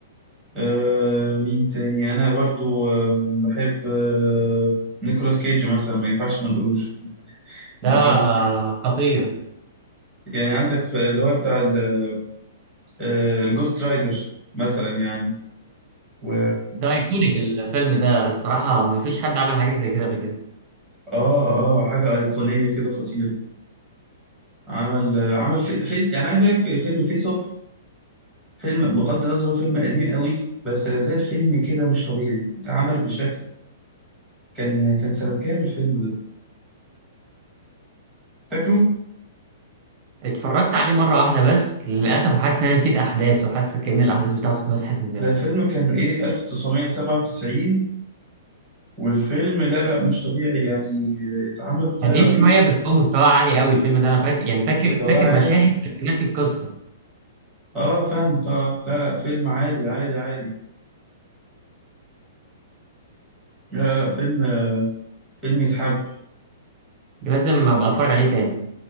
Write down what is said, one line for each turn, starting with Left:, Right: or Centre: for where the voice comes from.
Centre: آه مين تاني أنا برضو آه بحب آه نيكولاس كيج مثلا ما ينفعش ما نقولوش <laughs> نيكولاس
Right: ده
Centre: كيج
Right: خطير
Centre: يعني عندك في اللي هو بتاع ال- آه الجوست رايدر مثلا يعني و
Right: ده ايكونيك الفيلم ده الصراحة مفيش حد عمل حاجة زي كده قبل كده
Centre: آه آه حاجة أيقونية كده خطيرة عمل آه، عمل في... فيس يعني عايز أقول لك في فيلم فيس أوف فيلم بغض النظر هو فيلم قديم قوي بس لازال فيلم كده مش طبيعي اتعمل بشكل كان كان سنة كام الفيلم ده فاكره
Right: اتفرجت عليه مرة واحدة بس للأسف وحاسس إن أنا نسيت أحداث وحاسس كأن الأحداث بتاعته اتمسحت من دماغي
Centre: ده فيلم كان ايه 1997 والفيلم لا لا مش طبيعي يعني اتعمل بطريقة
Right: قديم
Centre: رهيبة
Right: شوية بس هو مستوى عالي قوي الفيلم ده أنا فاكر يعني فاكر
Centre: مستواه
Right: فاكر
Centre: عالي
Right: مشاهد بس ناسي القصة
Centre: اه فاهمك اه لا لا فيلم عالي عالي عالي لا لا فيلم فيلم يتحب
Right: لازم أبقى أتفرج عليه تاني